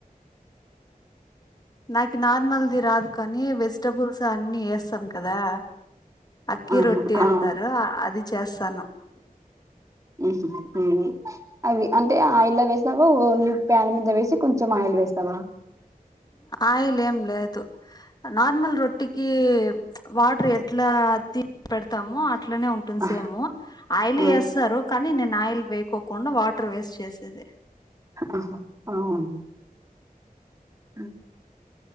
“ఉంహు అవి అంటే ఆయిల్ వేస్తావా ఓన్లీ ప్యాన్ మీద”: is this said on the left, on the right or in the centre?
Right